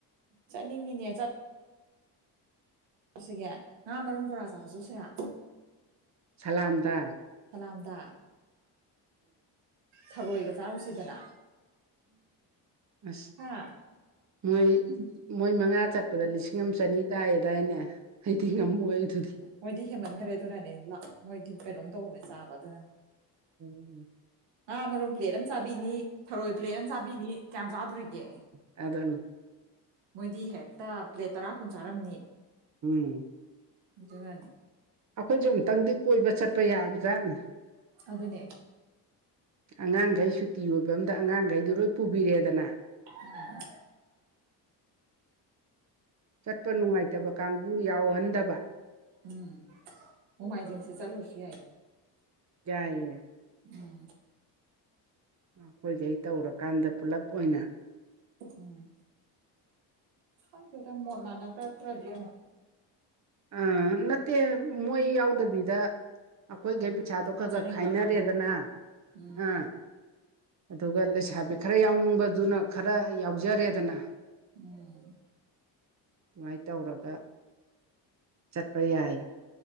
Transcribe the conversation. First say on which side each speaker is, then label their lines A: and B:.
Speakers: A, on the right; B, on the right.
A: ꯆꯠꯅꯤꯡꯉꯤꯅꯦ ꯆꯠ ꯆꯁꯤꯒꯦ ꯉꯥ ꯃꯔꯨꯝ ꯕꯣꯔꯥ ꯆꯥꯕ ꯆ ꯎꯁꯤꯔ
B: ꯁꯂꯥꯝꯗ
A: ꯁꯥꯂꯥꯝꯗꯥ ꯊꯔꯣꯏꯒ ꯆꯥꯔꯨꯁꯤꯗꯅ
B: ꯑꯁ
A: ꯍꯥ
B: ꯃꯣꯏ ꯃꯣꯏ ꯃꯉꯥ ꯆꯠꯄꯗ ꯂꯤꯁꯤꯡ ꯑꯃ ꯆꯅꯤ ꯇꯥꯏꯌꯦ ꯑꯗꯨꯏꯅꯦ ꯑꯩꯗꯤ ꯉꯝꯃꯣꯏ ꯑꯗꯨꯗꯤ
A: ꯃꯣꯏꯗꯤ ꯍꯦꯃꯟꯈ꯭ꯔꯦ ꯑꯗꯨꯅꯅꯦ ꯃꯣꯏꯗꯤ ꯀꯩꯅꯣꯝ ꯇꯧꯕꯅꯦ ꯆꯥꯕꯗꯅ
B: ꯎꯝ
A: ꯉꯥ ꯃꯔꯨꯝ ꯄ꯭ꯂꯦꯠ ꯑꯃ ꯆꯥꯕꯤꯅꯤ ꯊꯔꯣꯏ ꯄ꯭ꯂꯦꯠ ꯑꯃ ꯆꯥꯕꯤꯅꯤ ꯀꯌꯥꯝ ꯆꯥꯗꯣꯔꯤꯒꯦ
B: ꯑꯗꯅꯤ
A: ꯃꯣꯏꯗꯤ ꯍꯦꯛꯇ ꯄ꯭ꯂꯦꯠ ꯇꯔꯥ ꯀꯨꯟ ꯆꯥꯔꯝꯅꯤ
B: ꯎꯝ
A: ꯑꯗꯨꯅꯅꯤ
B: ꯑꯩꯈꯣꯏꯁꯨꯦ ꯑꯃꯨꯛꯇꯪꯗꯤ ꯀꯣꯏꯕ ꯆꯠꯄ ꯌꯥꯕ ꯖꯥꯠꯅꯤ
A: ꯑꯗꯨꯅꯦ
B: ꯑꯉꯥꯡꯈꯩ ꯁꯨꯇꯤ ꯑꯣꯏꯕ ꯑꯃꯗ ꯑꯉꯥꯡꯈꯩꯗꯨ ꯂꯣꯏ ꯄꯨꯕꯤꯔꯦꯗꯅ
A: ꯎꯝ
B: ꯆꯠꯄ ꯅꯨꯡꯉꯥꯏꯇꯕ ꯀꯥꯡꯕꯨ ꯌꯥꯎꯍꯟꯗꯕ
A: ꯎꯝ ꯅꯣꯡꯃꯥꯏꯖꯤꯡ ꯁꯤ ꯆꯂꯁꯤ ꯌꯥꯏ
B: ꯌꯥꯏꯌꯦ
A: ꯎꯝ
B: ꯑꯩꯈꯣꯏꯁꯦ ꯑꯩ ꯇꯧꯔꯀꯥꯟꯗ ꯄꯨꯂꯞ ꯑꯣꯏꯅ
A: ꯎꯝ ꯈꯪꯗꯦ ꯗ ꯃꯣꯠ ꯃꯅꯥꯔꯛꯇꯔꯗꯤ
B: ꯑ ꯅꯠꯇꯦ ꯃꯣꯏ ꯌꯥꯎꯗꯕꯤꯗ ꯑꯩꯈꯣꯏꯒꯩ
A: ꯎꯝ
B: ꯄꯩꯁꯥꯗꯣ ꯈꯔ
A: ꯆꯠꯅꯤꯡꯕ
B: ꯈꯔ ꯈꯥꯏꯅꯔꯦꯗꯅ
A: ꯀꯥꯡꯕꯨ ꯎꯝ
B: ꯑꯥ ꯑꯗꯨꯒ ꯂꯩꯁꯥꯕꯤ ꯈꯔ ꯌꯥꯎꯅꯤꯡꯕꯗꯨꯅ ꯈꯔ ꯌꯥꯎꯖꯔꯦꯗꯅ
A: ꯎꯝ
B: ꯑꯗꯨꯃꯥꯏꯅ ꯇꯧꯔꯒ ꯆꯠꯄ ꯌꯥꯏ